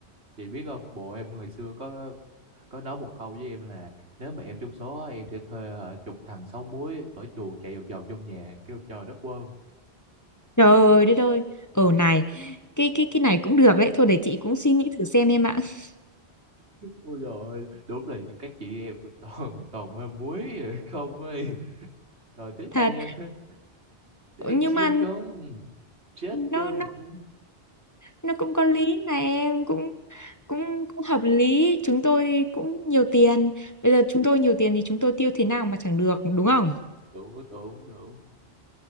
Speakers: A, on the right; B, on the left.
A: chị biết không bộ em hồi xưa có có nói một câu với em là nếu mà em trúng số á, em sẽ thuê hả, chục thằng sáu múi cởi chuồng chạy vòng vòng trong nhà kêu trời đất quơ
B: Trời đất ơi, ở này cái cái cái này cũng được đấy, thôi để chị cũng suy nghĩ thử xem em ạ. <laughs>
A: ôi rồi đúng là các chị em <laughs> toàn toàn mê muối rồi, không ơi rồi thích
B: Thật,
A: ăn ờ, thích ăn
B: nhưng
A: chim
B: mà
A: không chết
B: nó
A: cơm
B: nó
A: được chứ
B: nó cũng có lý mà em cũng cũng cũng hợp lý chúng tôi cũng nhiều tiền bây giờ chúng tôi nhiều tiền thì chúng tôi tiêu thế nào mà chẳng được đúng không
A: đủ đủ đủ